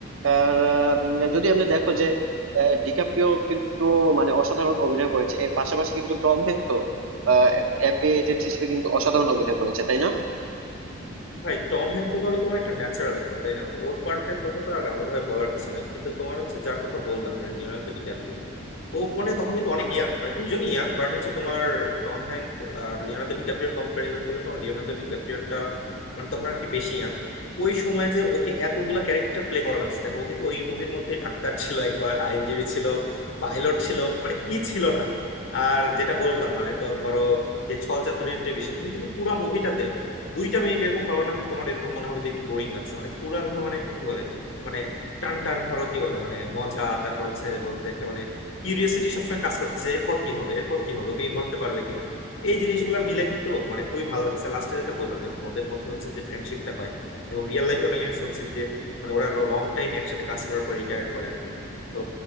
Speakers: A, on the right (about 80°); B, on the left (about 70°).
A: আর উম, যদি আপনি দেখো যে আহ, ডিকাপ্রিও কিন্তু মানে অসাধারণ অভিনয় করেছে এর পাশাপাশি কিন্তু টম হ্যাঙ্কসও অ্যাপে এজেন্ট হিসেবে কিন্তু অসাধারণ অভিনয় করেছে তাই না
B: ভাই টম হ্যাঙ্ক তো ধরো তোমার একটা ন্যাচারাল একটা তাই না ওর পার্টের কথা তো আর আলাদাভাবে বলার কিছু নাই কিন্তু তোমার হচ্ছে যার কথা বললাম না লিওনার্দো ডিক্যাপ্রিও ও মানে তখন কিন্তু অনেক ইয়াং মানে দুজনই ইয়াং বাট হচ্ছে তোমার টম হ্যাঙ্ক আর লিওনার্দো ডিক্যাপ্রিওর কম্পারিজন করলে তখন লিওনার্দো ডিক্যাপ্রিওরটা মানে তখন আর কি বেশি ইয়াং ওই সময় যে ওকে এতগুলা ক্যারেক্টার প্লে করা লাগছে দেখো ও কিন্তু ওই মুভির মধ্যে ডাক্তার ছিল একবার আইনজীবী ছিল পাইলট ছিল মানে কি ছিল না আর যেটা বললাম মানে তো ধরো যে ছল চাতুরির যে বিষয় তুমি কিন্তু পুরো মুভিটাতে দুইটা মিনিট এরকম পাবা না যে তোমার এরকম মনে হবে যে একটু বোরিং লাগছে মানে পুরা ধরো মানে একটা কি বলে মানে টান টান ধরো কি বলে মানে মজা তারপর হচ্ছে বলতে একটা মানে কিউরিয়াসিটি সবসময় কাজ করতেছে এরপর কি হবে এরপর কি হবে ওকে ধরতে পারবে কিনা এই জিনিসগুলো মিলে কিন্তু মানে খুবই ভালো লাগছে লাস্টে যেটা বললো যে মানে ওদের মধ্যে হচ্ছে যে ফ্রেন্ডশিপটা হয় এবং রিয়েল লাইফেও নাকি আমি শুনছি যে মানে ওরা লং টাইম একসাথে কাজ করার পর রিটায়ার করে আর কি তো